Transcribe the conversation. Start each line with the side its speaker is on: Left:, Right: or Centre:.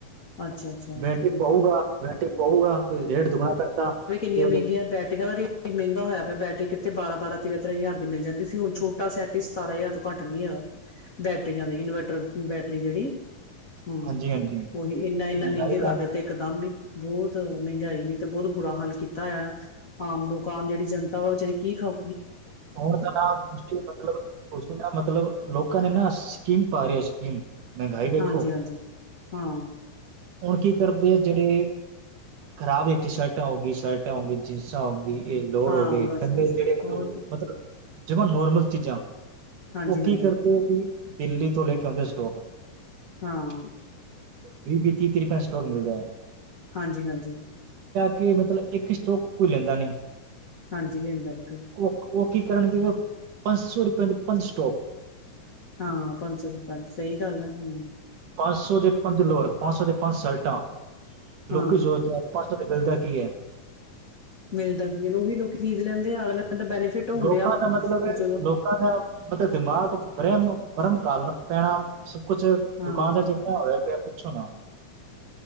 Left: ਅੱਛਾ ਅੱਛਾ ਹਮ
Right: ਬੈਠੇ ਪਾਊਗਾ-ਬੈਠੇ
Left: ਹਮ
Right: ਪਾਊਗਾ ਰੇਟ ਦੁਗਣਾ ਕਰਤਾ
Left: ਇਨੀਆਂ
Right: ਤੇ ਉਹ
Left: ਮਹਿੰਗੀਆਂ ਬੈਟਰੀਆਂ ਦਾ ਮਹਿੰਗਾ ਹੋਇਆ ਬੈਰੀ ਕਿ ਇਥੇ ਬਾਰਾਂ-ਬਾਰਾਂ ਤੇਰਾਂ-ਤੇਰਾਂ ਹਜ਼ਾਰ ਦੀ ਮਿਲ ਜਾਂਦੀ ਸੀ ਹਣ ਛੋਟਾ ਸੈਟ ਸਤਾਰਾਂ ਹਜ਼ਾਰ ਤੋਂ ਘੱਟ ਨਹੀਂ ਆਗਾ ਬੈਟਰੀਆਂ ਦੇ ਇਨਵਰਟਰ ਬੈਟਰੀ ਜਿਹੜੀ ਹੂ
Right: ਹਾਂਜੀ ਹਾਂਜੀ
Left: ਉਹੀ ਇਨਾ-ਇੰਨਾ
Right: ਮਹਿੰਗਾਈ
Left: ਮਹਿੰਗੇ
Right: ਦਾ
Left: ਕਰ ਦਿੱਤੇ ਇੱਕ ਦਮ ਹੀ ਬਹੁਤ ਮਹਿੰਗਾਈ ਨੇ ਤੇ ਬਹੁਤ ਬੁਰਾ ਹੱਲ ਕੀਤਾ ਆਆ ਆਮ ਲੋਕ ਆਮ ਜਿਹੜੀ ਜਨਤਾ ਵਾ ਓਹ ਵਿਚਾਰੀ ਕੀ ਖਾਓ
Right: ਹੁਣ ਤਾਂ ਨਾ ਤੁਸੀਂ ਮਤਲਬ ਤੁਸੀਂ ਨਾ ਮਤਲਬ ਲੋਕਾਂ ਨੇ ਨਾ ਸਕੀਮ ਪਾ ਰਿ ਸਕੀਮ ਮਹਿੰਗਾਈ ਵੇਖੋ
Left: ਹਾਂਜੀ-ਹਾਂਜੀ ਹਾਂ
Right: ਹੁਣ ਕੀ ਕਰਦੇ ਆ ਜਿਹੜੇ ਖਰਾਬ ਟੀ ਸ਼ਰਟਾਂ ਹੋਗੀ, ਸ਼ਰਟਾਂ ਹੋਗੀ ਜੀਨਸਾਂ ਹੋਗੀ ਇਹ ਲੋਅਰ
Left: ਹਾਂ
Right: ਹੋ ਗਏ
Left: ਬਸ
Right: ਕਦੇ
Left: ਬਸ
Right: ਜਿਹੜੇ ਮਤਲਬ-ਮਤਲਬ
Left: ਹੋਰ ਕੀ।
Right: ਜਿਵੇ ਨੋਰਮਲ ਚੀਜ਼ਾਂ
Left: ਹਾਂਜੀ
Right: ਉਹ ਕੀ
Left: ਹਾਂਜੀ
Right: ਕਰਦੇ ਹੈ ਕਿ ਦਿੱਲੀ ਤੋਂ ਲੈ ਕੇ ਆਉਂਦੇ ਸਟੋਕ
Left: ਹਾਂ।
Right: ਵੀ -ਵੀ ਤੀਹ-ਤੀਹ ਰਪਏ ਸਟੋਕ ਮਿਲ ਜਾਏ ਗਾ।
Left: ਹਾਂਜੀ -ਹਾਂਜੀ
Right: ਕੇ ਮਤਲਬ ਇੱਕ ਸਟੋਕ ਕੋਈ ਲੈਂਦਾ ਨਹੀਂ
Left: ਹਾਂਜੀ। ਲੈਂਦਾ ਨੀ ਕੋਈ
Right: ਉਹ ਉਹ ਕੀ ਕਰਨਗੇ ਪੰਜ ਸੌ ਰੁਪਏ ਦੇ ਪੰਜ ਸਟੋਪ
Left: ਹਾਂ। ਪੰਜ ਸੌ ਤੋਂ ਪੰਜ ਸਹੀ ਗੱਲ ਹੈ। ਹੂ
Right: ਪੰਜ ਸੌ ਦੇ ਪੰਜ ਲੋਅਰ, ਪੰਜ ਸੌ ਤੇ ਪੰਜ ਸਲਟਾਂ, ਲੋਕੀ
Left: ਹਾਂ
Right: ਸੋਚਦੇ ਪੰਜ ਸੌ ਤੇ ਮਿਲਦਾ ਕੀ ਹੈ
Left: ਮਿਲਦਾ ਕੀ ਉਹੀ ਲੋਕ ਖਰੀਦ ਲੈਂਦੇ ਆ ਦਾ ਬੈਨੀਫਿਟ ਹੋਣ
Right: ਲੋਕਾਂ
Left: ਡਿਆ ਵਾ
Right: ਦਾ ਮਤਲਬ
Left: ਵੀ ਚਲੋ
Right: ਲੋਕਾਂ ਨੇ, ਆਪ ਮਤਲਬ ਦਿਮਾਗ ਬ੍ਰਹਿਮ ਬ੍ਰਹਮ ਕਾਲਨ ਪੈਣਾ ਸਭ ਕੁਛ
Left: ਹਾਂ
Right: ਦੁਕਾਨਦਾਰ ਏਦਾਂ ਹੋਇਆ ਪਿਆ ਕੁ ਪੁੱਛੋ ਨਾ